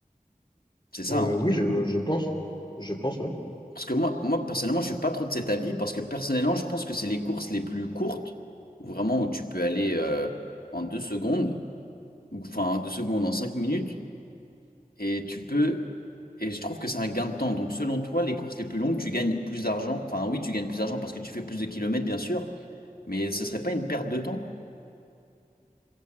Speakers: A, on the left (about 85°); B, on the left (about 30°).
A: C'est ça,
B: Euh,
A: hein
B: oui, je, je pense. Je pense, ouais.
A: Parce que moi, moi, personnellement, je suis pas trop de cet avis, parce que personnellement, je pense que c'est les courses les plus courtes, où vraiment où tu peux aller euh, en deux secondes, ou enfin en deux secondes, en cinq minutes, et tu peux... Et je trouve que c'est un gain de temps. Donc, selon toi, les courses les plus longues, tu gagnes plus d'argent. Enfin, oui, tu gagnes plus d'argent parce que tu fais plus de kilomètres, bien sûr, mais ce serait pas une perte de temps?